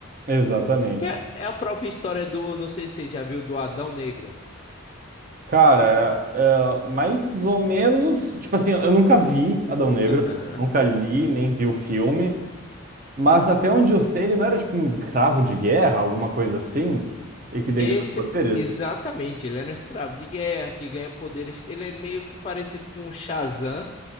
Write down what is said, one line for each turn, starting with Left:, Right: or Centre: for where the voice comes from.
Right: Exatamente.
Left: Que é, é a própria história do, não sei se você já viu, do Adão Negro.
Right: Cara, é- é mais ou menos. Tipo assim, eu nunca vi Adão Negro.
Left: Aham.
Right: Nunca li, nem vi o filme. Mas até onde eu sei, ele não era tipo um escravo de guerra, alguma coisa assim? E que daí
Left: Esse,
Right: ganhou os poderes?
Left: exatamente, ele era um escravo de guerra que ganha poderes. Ele é meio que parecido com o Shazam,